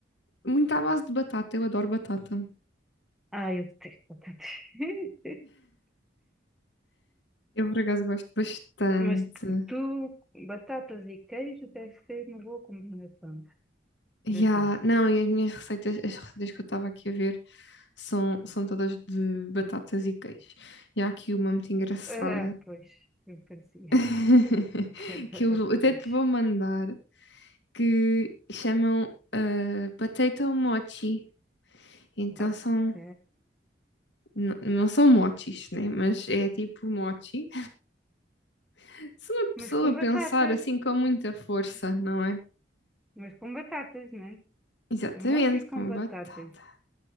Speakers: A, on the left; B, in the centre.
A: Muito à base de batata, eu adoro batata.
B: Ah, eu detesto batatas. <laughs>
A: Eu por acaso gosto bastante.
B: Mas tu, batatas e queijo deve ser uma boa combinação
A: Yeah,
B: para ti.
A: não, e as minhas receitas, as receitas que eu estava aqui a ver são, são todas de batatas e queijo. E há aqui uma muito engraçada
B: Ah, pois, me parecia
A: <laughs>
B: <laughs> que era
A: que
B: batata
A: eu até
B: e peixe.
A: te vou mandar, que chamam ah, potato mochi. Então
B: Ok.
A: são, n- não são mochis, né? Mas é tipo mochi. <laughs> Se uma pessoa
B: Mas com
A: pensar
B: batata.
A: assim com muita força, não é?
B: Mas com batatas, não é?
A: Exatamente,
B: Mostra e com
A: com
B: batatas.
A: batata,